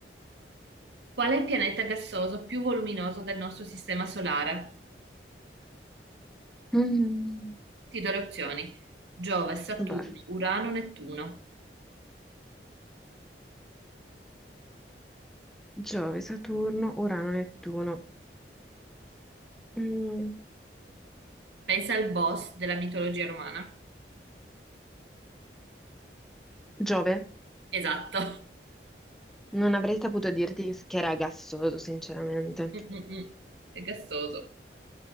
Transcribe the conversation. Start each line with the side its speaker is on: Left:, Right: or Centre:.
Right: Qual è il pianeta gassoso più voluminoso del nostro sistema solare?
Centre: Mm.
Right: Ti do le opzioni. Giove, Saturno,
Centre: Vai.
Right: Urano, Nettuno.
Centre: Giove, Saturno, Urano, Nettuno. Mm.
Right: Pensa al boss della mitologia romana.
Centre: Giove,
Right: Esatto.
Centre: non avrei saputo dirti che era gassoso, sinceramente.
Right: Mm-mm-mm. È gassoso.